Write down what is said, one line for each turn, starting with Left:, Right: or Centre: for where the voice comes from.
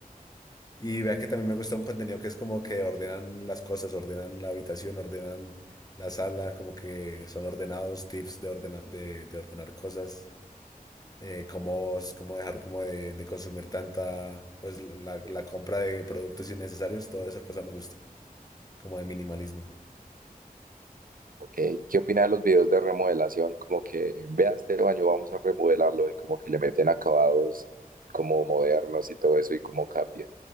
Left: Y vea que también me gusta un contenido que es como que ordenan las cosas, ordenan la habitación, ordenan la sala, como que son ordenados, tips de, ordena- de, de ordenar cosas, eh, cómo, s- cómo dejar como de, de consumir tanta, pues la, la- la compra de productos innecesarios, toda esa cosa me gusta, como de minimalismo.
Right: Ok, ¿qué opinas de los videos de remodelación? Como que, vea este baño, vamos a remodelarlo y como que le meten acabados como modernos y todo eso y cómo cambia.